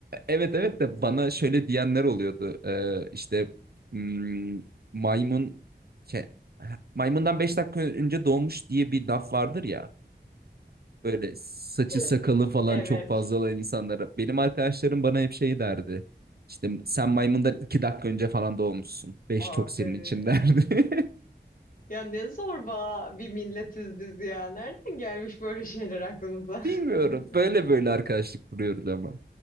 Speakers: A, on the right; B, on the left.
A: evet evet de bana şöyle diyenler oluyordu. Ee, işte hmm, maymun ke- maymundan 5 dakika önce doğmuş diye bir laf vardır ya. Böyle saçı sakalı
B: <laughs>
A: falan
B: Evet.
A: çok fazla olan insanlara. Benim arkadaşlarım bana hep şey derdi. İşte sen maymundan 2 dakika önce falan doğmuşsun. beş
B: Abi.
A: çok senin için derdi.
B: Ya ne zorba bir milletiz biz ya. Nereden gelmiş böyle şeyler aklımıza?
A: <laughs> Bilmiyorum.
B: <laughs>
A: Böyle böyle arkadaşlık kuruyoruz ama.